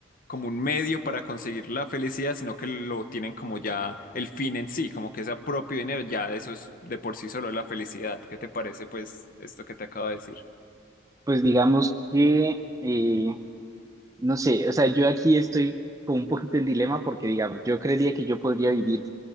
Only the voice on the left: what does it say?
como un medio para conseguir la felicidad, sino que lo tienen como ya el fin en sí, como que ese propio dinero, ya eso es de por sí solo la felicidad. ¿Qué te parece pues esto que te acabo de decir?